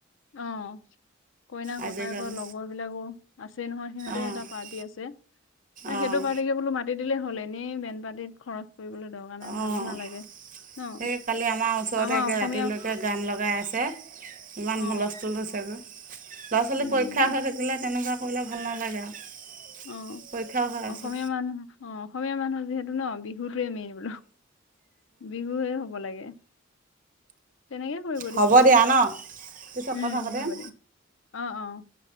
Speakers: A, on the left; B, on the right.
A: অ, কইনাাক
B: আজিকালি
A: ককায়েকৰ লগৰ বিলাকো আছে নহয় সিহঁতে
B: অঁ
A: এটা পাৰ্টি আছে। সেইটো
B: অঁ
A: পাৰটিকে বুলো‌ ম পাতি দিলে হ'ল এনেই বেন পাতিত খৰচ কৰিবলৈ দৰকাৰ নাই
B: অঁ
A: ভালো নালাগে ন
B: সেই কালি আমাৰ ওচৰতে
A: আমাৰ
B: একে
A: অসমীয়া
B: ৰাতিলৈকে গান লগাই আছে ইমান
A: অ
B: হুলস্থূুল হৈছেগৈ। ল'ৰা ছোৱালী
A: উম
B: পৰীক্ষা হৈ থাকিলে তেনেকুৱা কৰিলে ভাল নালাগে আৰু।
A: অ,
B: পৰীক্ষাও হৈ আছে
A: অসমীয়া মানুহ অ অসমীয়া মানুহ যিহেতু ন বিহুটোৱে মেইন বোলো, বিহুে হ'ব লাগে। তেনেকয় কৰিব
B: হ'ব
A: দিছে
B: দিয়া ন পিছত
A: উম,
B: কথা পাতিম
A: হ'ব দিয়ক অ, অ,